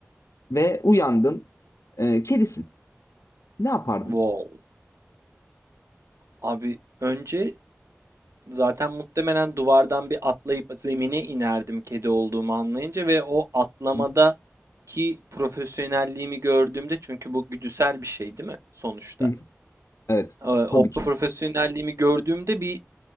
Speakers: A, on the left (about 80°); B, on the right (about 75°).
A: ve uyandın. Ee, kedisin. Ne yapardın?
B: Wow. Abi önce zaten muhtemelen duvardan bir atlayıp zemine inerdim kedi olduğumu anlayınca ve o atlamada
A: Hı
B: ki profesyonelliğimi gördüğümde çünkü bu güdüsel bir şey değil mi sonuçta?
A: hı. Evet.
B: Ee, O
A: Tabii ki.
B: profesyonelliğimi gördüğümde bir